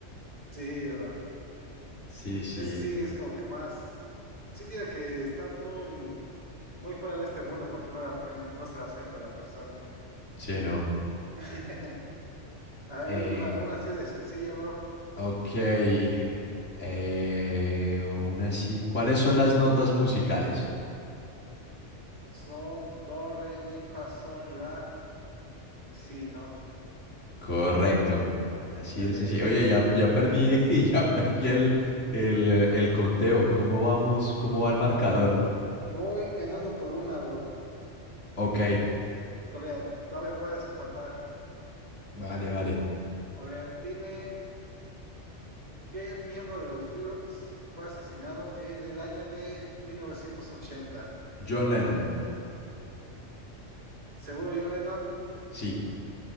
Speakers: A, on the right; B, on the left.
A: Sí, bro.
B: Sí, sí,
A: Ese sí es como que más. Sí tiene que estar muy. muy fuera de este mundo para que no la aprenda, no se la sepa la persona.
B: sí, no.
A: <laughs> A ver,
B: Eh,
A: una, una así de sencilla, bro.
B: ok. Eh, una sí. ¿Cuáles son las notas musicales?
A: Sol, do, re, mi, fa, sol, la. Y sí, ¿no?
B: Correcto. Así
A: Excelente.
B: es así. Oye, ya, ya perdí, <laughs> ya perdí el, el, eh, el conteo. ¿Cómo vamos? ¿Cómo va el marcador?
A: Voy ganando por una, bro.
B: Ok,
A: Todavía, todavía puedes empatar.
B: vale, vale.
A: A ver, dime, ¿qué miembro de los Beatles fue asesinado en el año de 1980?
B: John Lennon.
A: ¿Seguro John Lennon?
B: Sí,